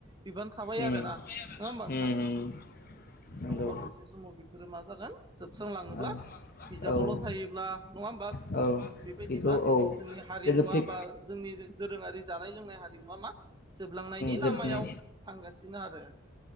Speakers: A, on the right; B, on the left.
A: बिबान थाबाय
B: उम
A: आरोना नोङा होमबा नोंथां?
B: उम उम नंगौ
A: नङाबा मोनसे समाव बेफोरो मा जागोन। जोबस्रांलाङोब्ला
B: औ
A: बिजाबावल'
B: औ
A: थायोब्ला नङा होमबा
B: औ
A: बेबायदिबा
B: बेखौ औ
A: जोंनि हारिमुवा
B: जोङो पिक
A: बा जोंनि दोरोङारि जानाय लोंनायनि हारिमुवा मा जोबलांनायनि
B: जोबनाय
A: लामायाव थांगासिनो आरो